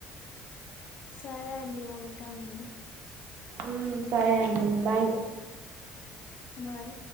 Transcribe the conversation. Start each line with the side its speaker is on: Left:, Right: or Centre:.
Left: సరే అండి ఉంటాను.
Right: ఉమ్మ్ సరే అండి బాయ్
Left: బాయ్